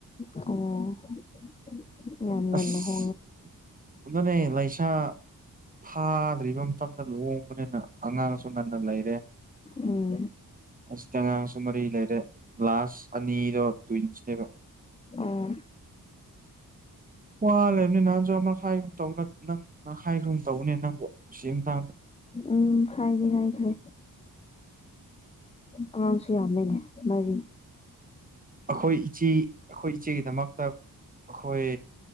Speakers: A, on the left; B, on the right.
A: ꯑꯣ ꯌꯥꯝꯃꯦꯟꯅ
B: ꯑꯁ
A: ꯍ
B: ꯑꯗꯨꯅꯦ ꯂꯩꯥꯏꯁꯥ ꯐꯥꯗ꯭ꯔꯤꯕ ꯃꯇꯝꯗ ꯂꯨꯍꯣꯡꯕꯅꯤꯅ ꯑꯉꯥꯡꯁꯨ ꯉꯟꯅ ꯂꯩꯔꯦ
A: ꯎꯝ
B: ꯑꯁ ꯇꯉꯥꯡ ꯁꯃꯔꯤ ꯂꯩꯔꯦ ꯂꯥꯁ ꯑꯅꯤꯔꯣ ꯇ꯭ꯋꯤꯟꯁꯅꯦꯕ
A: ꯑꯣ
B: ꯄ ꯄꯨꯋꯥꯜ ꯂꯩꯦ ꯑꯅ ꯅꯅꯥꯖ ꯑꯃ ꯍꯥꯏꯈ꯭ꯔꯨꯝ ꯇꯧꯅ ꯅꯪ ꯅꯪ ꯍꯥꯏꯈ꯭ꯔꯨꯝ ꯇꯧꯕꯅꯦ ꯅꯪꯕꯨ ꯅꯨꯡꯁꯤ ꯑꯃ ꯇꯥꯡꯕ
A: ꯎꯝ ꯍꯥꯏꯗꯤ ꯍꯥꯏꯈ꯭ꯔꯦ ꯑꯉꯥꯡꯁꯨ ꯌꯥꯝꯃꯤꯅꯦ ꯃꯔꯤ
B: ꯑꯩꯈꯣꯏ ꯏꯆꯦ ꯑꯩꯈꯣꯏ ꯏꯆꯦꯒꯤꯗꯃꯛꯇ ꯑꯩꯈꯣꯏ